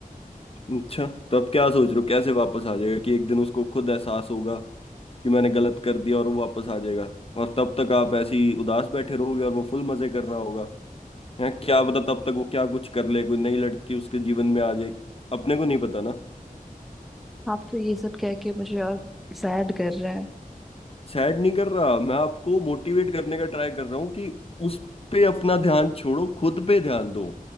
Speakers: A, on the left (about 40°); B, in the centre.
A: अच्छा तो अब क्या सोच रहे हो कैसे वापस आ जाएगा कि एक दिन उसको खुद एहसास होगा कि मैंने गलत कर दिया और वो वापस आ जाएगा और तब तक आप ऐसे ही उदास बैठे रहोगे और वो फुल मजे कर रहा होगा हैं क्या पता तब तक वो क्या कुछ कर ले कोई नई लड़की उसके जीवन में आ जाए अपने को नहीं पता ना
B: आप तो ये सब कह के मुझे और सैड कर रहे हैं
A: सैड नहीं कर रहा मैं आपको मोटिवेट करने का ट्राई कर रहा हूँ कि उस पे अपना ध्यान छोड़ो खुद पे ध्यान दो